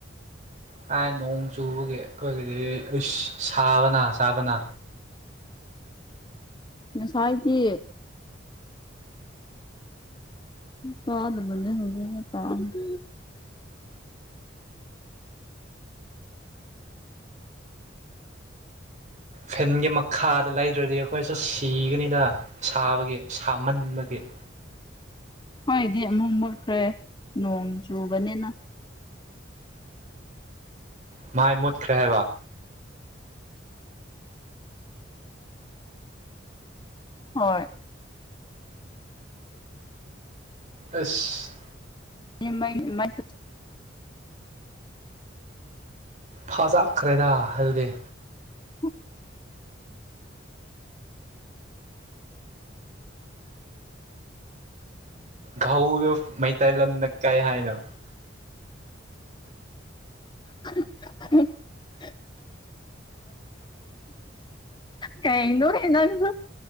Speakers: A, on the right; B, on the left.
A: ꯀꯥꯏ ꯅꯣꯡ ꯆꯨꯕꯒꯤ ꯑꯩꯈꯣꯏꯒꯤꯗꯤ ꯏꯁ ꯁꯥꯕꯅ ꯁꯥꯥꯕꯅ
B: ꯉꯁꯥꯏꯗꯤ ꯐꯗꯕꯅꯤ ꯍꯧꯒꯅꯦ ꯀꯥꯝ <unintelligible> <inaudible>
A: ꯐꯦꯟꯒꯤ ꯃꯈꯥꯗ ꯂꯩꯗ꯭ꯔꯗꯤ ꯑꯩꯈꯣꯏꯁꯨ ꯁꯤꯒꯅꯤꯗ ꯁꯥꯕꯒꯤ ꯁꯥꯃꯟꯕꯒꯤ
B: ꯍꯣꯏꯗꯤ ꯑꯃꯨꯛ ꯃꯨꯠꯈ꯭ꯔꯦ ꯅꯣꯡ ꯆꯨꯕꯅꯤꯅ
A: ꯃꯥꯏ ꯃꯨꯠꯈ꯭ꯔꯦ ꯍꯥꯏꯕ
B: ꯍꯣꯏ
A: ꯑꯁ
B: ꯃ <unintelligible> <inaudible>
A: ꯐꯥꯖꯈ꯭ꯔꯦꯗ ꯑꯗꯨꯗꯤ
B: ꯎꯝ <unintelligible> <inaudible>
A: ꯒꯍꯧꯂꯨꯞ ꯃꯩꯇꯩ ꯂꯣꯟꯗ ꯀꯥꯏ ꯍꯥꯏꯅꯣ
B: ꯑ <unintelligible> <inaudible> ꯀꯩꯅꯣꯍꯦ ꯅꯥꯪꯁꯨ